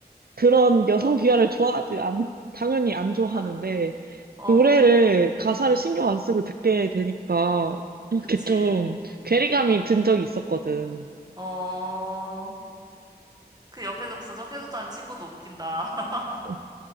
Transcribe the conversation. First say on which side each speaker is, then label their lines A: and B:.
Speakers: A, on the right; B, on the right.
A: 그런 여성 비하를 좋아하지 않 당연히 안 좋아하는데
B: <laughs> 어,
A: 노래를 가사를 신경 안 쓰고 듣게 되니까 이렇게
B: 그치.
A: 좀 괴리감이
B: 어,
A: 든 적이 있었거든.
B: 어. 그 옆에서 분석해줬다는 친구도 웃긴다. <laughs>
A: <laughs>